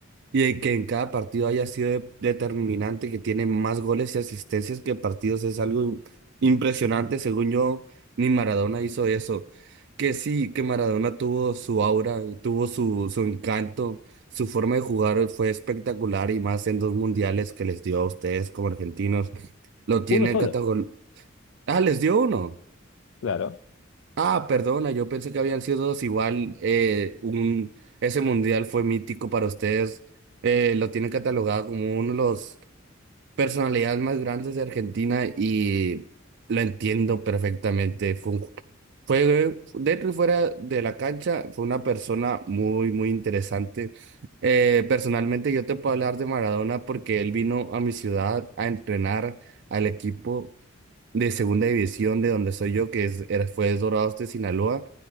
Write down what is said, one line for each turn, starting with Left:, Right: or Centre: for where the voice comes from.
Right: Y de que en cada partido haya sido de- determinante, que tiene más goles y asistencias que partidos, es algo im- impresionante. Según yo, ni Maradona hizo eso. Que sí, que Maradona tuvo su aura, tuvo su, su encanto, su forma de jugar fue espectacular y más en dos mundiales que les dio a ustedes como argentinos. Lo tienen
Left: Uno solo,
Right: categor... Ah, les dio uno.
Left: claro.
Right: Ah, perdona, yo pensé que habían sido dos. Igual, eh, un, ese mundial fue mítico para ustedes. Eh, lo tienen catalogado como uno de los personalidades más grandes de Argentina y lo entiendo perfectamente. Fue, un fue dentro y fuera de la cancha, fue una persona muy, muy interesante. Eh, personalmente, yo te puedo hablar de Maradona porque él vino a mi ciudad a entrenar al equipo de segunda división de donde soy yo, que es, era- fue Dorados de Sinaloa,